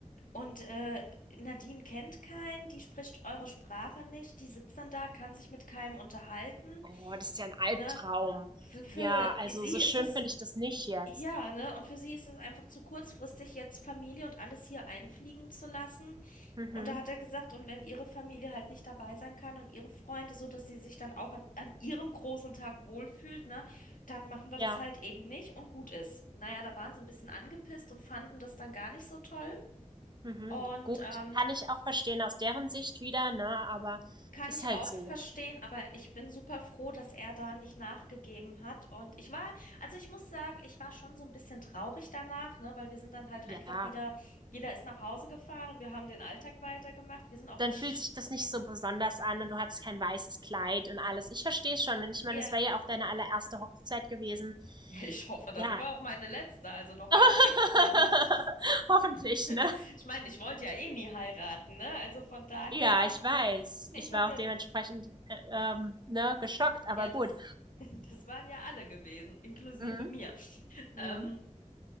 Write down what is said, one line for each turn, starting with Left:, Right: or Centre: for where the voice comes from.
Left: Und äh, Nadine kennt keinen, die spricht eure Sprache nicht, die sitzt dann da, kann sich mit keinem unterhalten,
Right: Oh, das ist ja ein Albtraum.
Left: ne. Für, für
Right: Ja, also,
Left: sie
Right: so
Left: ist
Right: schön
Left: es
Right: finde ich das nicht jetzt.
Left: Ja, ne? Und für sie ist es einfach zu kurzfristig, jetzt Familie und alles hier einfliegen zu lassen.
Right: Mhm.
Left: Und da hat er gesagt, und wenn ihre Familie halt nicht dabei sein kann und ihre Freunde, so dass sie sich dann auch an, an ihrem großen Tag wohlfühlt, ne, dann machen wir
Right: Ja,
Left: das halt eben nicht und gut ist. Naja, da waren sie ein bisschen angepisst und fanden das dann gar nicht so toll.
Right: mhm.
Left: Und
Right: Gut.
Left: ähm,
Right: Kann ich auch verstehen aus deren Sicht wieder, ne, aber
Left: Kann
Right: ist
Left: ich
Right: halt
Left: auch
Right: so.
Left: verstehen, aber ich bin super froh, dass er da nicht nachgegeben hat. Und ich war, also ich muss sagen, ich war schon so ein bisschen traurig danach, ne, weil wir sind dann halt
Right: Ja,
Left: einfach wieder, jeder ist nach Hause gefahren und wir haben den Alltag weitergemacht. Wir sind auch
Right: dann
Left: nicht,
Right: fühlt sich das nicht so besonders an und du hattest kein weißes Kleid und alles. Ich verstehe es schon und ich meine,
Left: ja,
Right: das wäre ja auch deine allererste Hochzeit gewesen.
Left: <laughs> ja, ich hoffe, das
Right: Ja.
Left: war auch meine letzte, also noch
Right: <laughs>
Left: eine gibt's nicht.
Right: Hoffentlich,
Left: <laughs>
Right: ne?
Left: Ich meine, ich wollte ja eh nie heiraten, ne? Also von daher,
Right: Ja, ich weiß.
Left: ich
Right: Ich
Left: habe
Right: war auch
Left: ja,
Right: dementsprechend,
Left: n-
Right: äh, ähm, ne, geschockt, aber
Left: ja,
Right: gut.
Left: das, <laughs> das waren ja alle gewesen, inklusive
Right: Mhm.
Left: mir.
Right: Mhm.
Left: Ähm,